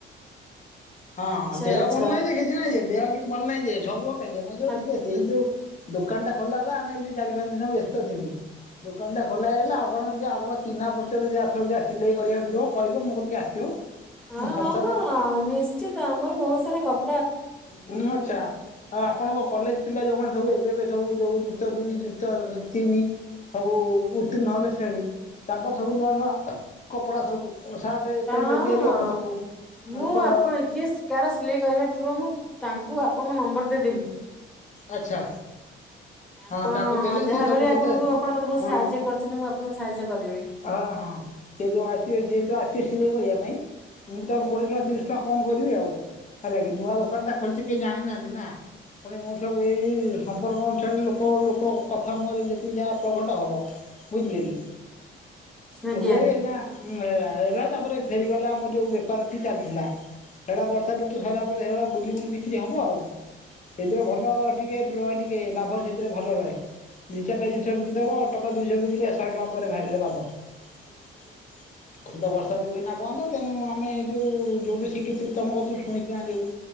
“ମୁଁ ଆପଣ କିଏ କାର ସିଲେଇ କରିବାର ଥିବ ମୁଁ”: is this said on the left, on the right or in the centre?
Centre